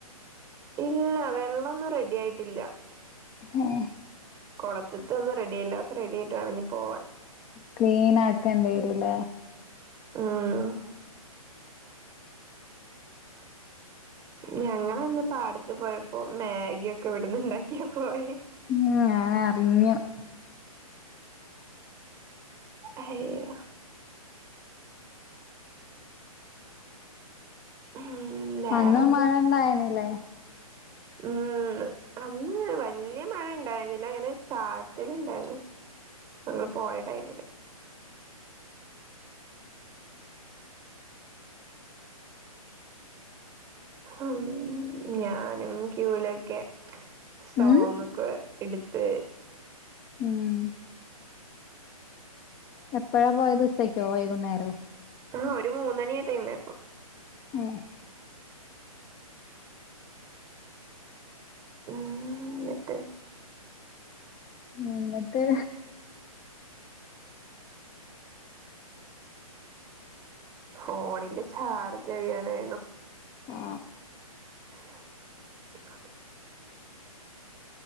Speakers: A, on the right; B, on the left.
A: ഇല്ല വെള്ളൊന്നും റെഡിയായിട്ടില്ല
B: ആ
A: കൊളത്തത്ത് ഒന്നും റെഡിയല്ല ഒക്കെ റെഡിയായിട്ട് വേണം ഇനി പോവാൻ <inaudible>
B: ക്ലീൻ ആക്കേണ്ടി വരൂല്ലേ
A: മം ഞങ്ങളന്ന് പാടത്ത് പോയപ്പോൾ മാഗിയാക്കെ ഇവിടുന്ന് ഇണ്ടാക്കിയാ പോയേ
B: ഉം <unintelligible>
A: അയ്യോ ഉം വേറെന്തന്നിട്ട്
B: അന്ന് മഴ ഇണ്ടായിരുന്നില്ലേ
A: ഉം അന്ന് വല്യ മഴ ഇണ്ടായിരുന്നില്ല അങ്ങനെ ചാറ്റല് ഇണ്ടായിരുന്നു ഞങ്ങൾ പോയ ടൈമില് ഹം ഞാനും ക്യൂവിലൊക്കെ സോങ്
B: ഉം
A: ഒക്കെ എട്ത്ത്
B: ഉം എപ്പോഴാ പോയത് ഉച്ചയ്ക്കോ വൈകുന്നേരോ
A: ആ ഒരു മൂന്നണി ടൈമായപ്പം
B: ഉം
A: ഉം എന്നിട്ട്
B: എന്നിട്ട്
A: ഫോണിന്റെ ചാർജ് കഴിയാറായി
B: ആ
A: <unintelligible>